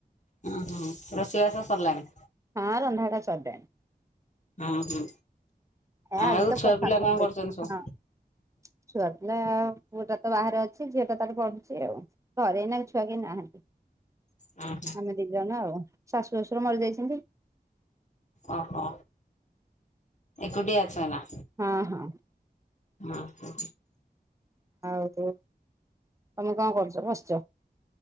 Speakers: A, on the left; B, on the right.
A: ଉଁ -ହୁଁ ରୋଷେଇବାସ ସରିଲାଣି?
B: ହଁ ରନ୍ଧା ବଢା ସରିଲାଣି।
A: ଅଁ- ହୁଁ।
B: ଏ ଆଜି
A: ଆଉ
B: ତ
A: ଛୁଆ
B: ପଖାଳ
A: ପିଲା କଣ
B: କରିଦେଇଚି-
A: କରୁଛନ୍ତି ସବୁ?
B: ହଁ। ଛୁଆ ପିଲା ପୁଅଟା ତ ବାହାରେ ଅଛି ଝିଅଟା ତାର ପଢୁଛି ଆଉ। ଘରେ ଏଇନା ଛୁଆ କେହି ନାହାଁନ୍ତି।
A: ହୁଁ।
B: ଆମେ ଦିଜଣ ଆଉ ଶାଶୁ ଶଶୁର ମରିଯାଇଚନ୍ତି।
A: ଓହୋ ଏକୁଟିଆ ଅଛ ଏଇନା?
B: ହଁ- ହଁ।
A: ଓହୋ।
B: ଆଉ ତୁ-ତମେ କଣ କରୁଚ? ବସିଚ।